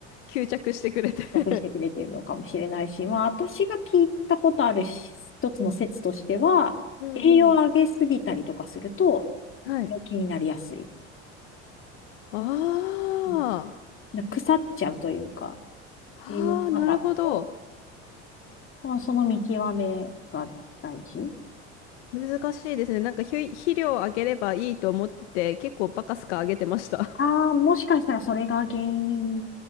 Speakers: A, on the left; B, on the left.
A: 吸着してくれて <laughs>
B: 隠 <laughs> してくれてるのかもしれないし、まあ、私が聞いたことあるし一つの説としては、
A: うんうん。
B: 栄養を上げすぎたりとかすると、
A: はい。
B: 病気になりやすい。
A: あ
B: うん、腐っちゃうというか、
A: あ、
B: 栄養過多だと、
A: はあ、なるほど。
B: まあ、その見極めが大事。
A: 難しいですね。なんか肥肥料をあげればいいと思ってて、結構バカスカあげてました。
B: ああ、もしかしたらそれが原因。